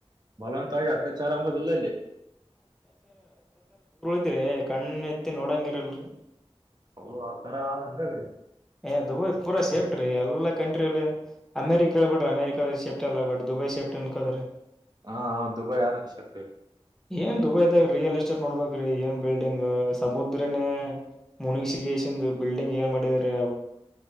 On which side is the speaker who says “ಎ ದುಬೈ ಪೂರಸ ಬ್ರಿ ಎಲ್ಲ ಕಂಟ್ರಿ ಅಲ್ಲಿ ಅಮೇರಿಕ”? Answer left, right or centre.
Centre